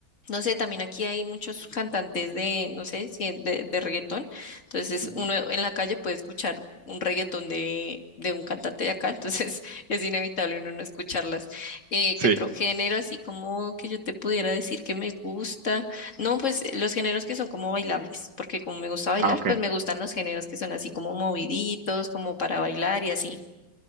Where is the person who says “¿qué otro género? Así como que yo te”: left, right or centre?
Left